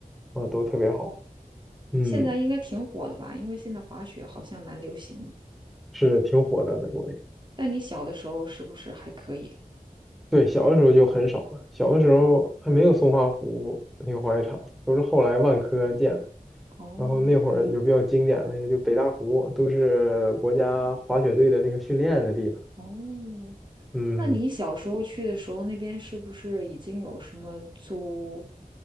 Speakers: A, in the centre; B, on the right.
A: 啊都特别好，嗯，
B: 现在应该挺火的吧？因为现在滑雪好像蛮流行的。
A: 是挺火的，在国内。
B: 但你小的时候是不是还可以？
A: 对，小的时候就很少了，小的时候还没有松花湖那个滑雪场，都是后来万科建的。
B: 哦
A: 然后那会儿有比较经典的那个，就北大湖，都是国家滑雪队的那个训练的地方。
B: 哦，
A: 嗯，
B: 那你小时候去的时候，那边是不是已经有什么租